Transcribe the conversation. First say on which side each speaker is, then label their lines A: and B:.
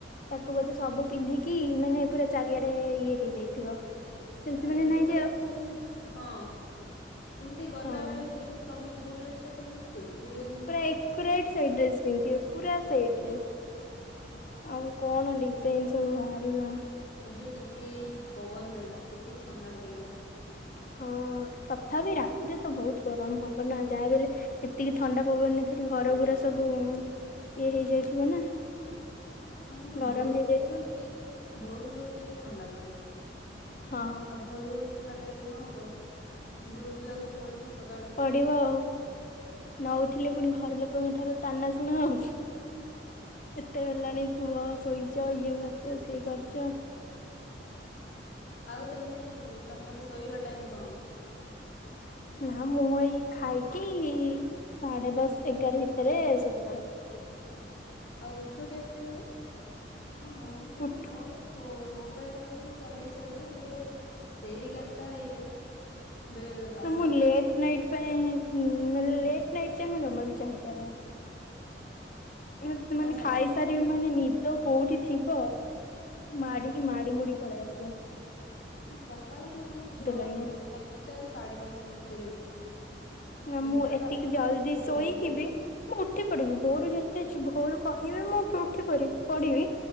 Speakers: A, on the left; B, on the left.
A: ତାକୁ ବୋଧେ ସବୁ ପିନ୍ଧିକି ମାନେ ପୁରା ଚାରିଆଡେ ଇଏ ହେଇଯାଇଥିବ। ସେମିତି
B: ଆଉ
A: ମାନେ
B: ଏବେ
A: ନାଇଁ
B: ସବୁ
A: ଯେ
B: ଯୋଉଁ ହଁ। ଏମିତି ଗଲାବେଳେ
A: ହଁ
B: ବି ଦେଖିବ ତମେ ଯୋଉଡ୍ରେସ ଟା ପିନ୍ଧିବ ସେ ବି ସେଇଟା ପିନ୍ଧିବେ।
A: ପୁରା ଏକରେଟ ସେଇ ଡ୍ରେସ ପିଧିଥିବେ ପୁରା ସେଇ ଡ୍ରେସ। ଆଉ କଣ ଡିଜାଇନ ସବୁ ହାରିବା।
B: ଏବେ ଟିକେ ଏଇ ପବନ ଦେଲା ଟିକେ ଥଣ୍ଡା ଲାଗିଲା।
A: ହଁ ତଥାପି ରାତିରେ ତ ବହୁତ ଗରମ ହବ ନା ଯାହା ବି ହେଲେ। ଏତିକି ଥଣ୍ଡା ପବନରେ ଫେରେ ଘରଘୁରା ସବୁ ଇଏ ହେଇଯାଇଥିବ ନା?
B: ହଁ କିନ୍ତୁ
A: ଗରମ
B: ଭୋର
A: ହେଇଯାଇଥିବ
B: ଭୋରୁ ଟିକେ ଭୋର ଭୋରୁ ଟିକେ ଥଣ୍ଡା ଲାଗେ।
A: ହଁ।
B: ଆଉ ଭୋରୁ ଭୋରୁ ଥଣ୍ଡା ଲାଗିଲେ କଣ ହବ କିନ୍ତୁ ଉଠିବାକୁ ତ ପଡିବ ସକାଳୁ।
A: ପଡିବ ଆଉ ନ ଉଠିଲେ ପୁଣି ଘର ଲୋକଙ୍କ ଠାରୁ ତାନା ଶୁଣ ଆଉ। ଏତେ ହେଲାନି କୁହ ସୋଇଛ ଇଏ କରିଚ ସିଏ କରିଚ।
B: ଆଉ ତମେ ତମର ଶୋଇବା ଟାଇମ କଣ?
A: ନା ମୁଁ ଏଇ ଖାଇକି ସାଢେ ଦଶ ଏଗାର ଭିତରେ ସୋଇପଡ଼େ।
B: ଆଉ ଉଠ କେତେବେଳେ କେତେ ହଁ ମୁଁ ବି ସେଇ
A: ଉଠ
B: ମୋର ହ ମୋବାଇଲି ଟାକୁୁ ଚଲେଇ ଚାଲେଇ ବୋଧେ ସେଇଗାର ଟା ହେଇଯାଏ। ବେଳେ ବେଳେ ବାରଟା
A: ତ ମୁଁ ଲେଟ୍
B: ବି ହେଇଯାଏ
A: ନାଇଟ୍ ପାଇଁ ମାନେ ଲେଟ୍ ନାଇଟ୍ ଯାଏ ମୁଁ ଜମା ବି ଚାହିଁପାରେ ନା। <inaudible>
B: ହଁ
A: ଖାଇସାରିବି
B: ସକାଳେ କିନ୍ତୁ
A: ମାନେ ନି ତ କୋଉଠି ଥିବ ମାଡିକି ମାଡି ମୁଡି ପଳେଇ ଆସିବା।
B: ସକାଳେ କିନ୍ତୁ ମୁଁ ଛ
A: ଲାଗେ
B: ପାଞ୍ଚଟା ର ସାଢେ ପାଞ୍ଚଟା ଭିତରେ ଉଠେ।
A: ନା
B: ନିଦ
A: ମୁଁ ଏତିକି
B: ଲାଗୁଥିବ
A: ଜଲଦି
B: କିନ୍ତୁ ଉଠିବାକୁ
A: ଶୋଇକିବି?
B: ପଡେ
A: ମୁଁ ଉଠି ପଢିବି ଭୋରୁ ଯେତେ ଭୋଲ କହିବେ ମୁଁ ଉଠିି ପଢିବି।